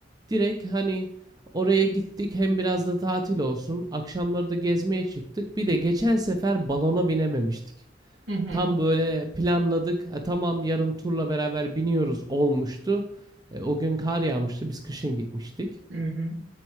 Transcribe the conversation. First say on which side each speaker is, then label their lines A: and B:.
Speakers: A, on the right; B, on the right.
A: direkt hani oraya gittik hem biraz da tatil olsun. Akşamları da gezmeye çıktık. Bir de geçen sefer balona binememiştik.
B: Hı hı.
A: Tam böyle planladık. "Ha, tamam yarın turla beraber biniyoruz olmuştu. E, o gün kar yağmıştı. Biz kışın gitmiştik
B: Hı hı.